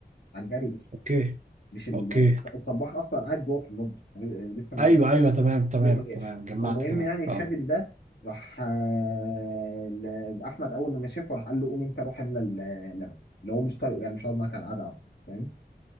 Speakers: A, on the left; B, on the right.
A: عن جري
B: أوكي
A: مش ال-
B: أوكي
A: الطباخ اصلا قاعد جوه في المطبخ لسه ما
B: أيوه أيوه تمام تمام
A: دور ما جاش
B: تمام جمعت
A: فالمهم
B: كده
A: يعني الخادم
B: آه
A: ده راح آه، ل- لاحمد اول لما شافه راح قال له قوم انت روح املى اللبن اللي هو مش طايقه يعني مش هقعد معاك على القعده أهو، فاهم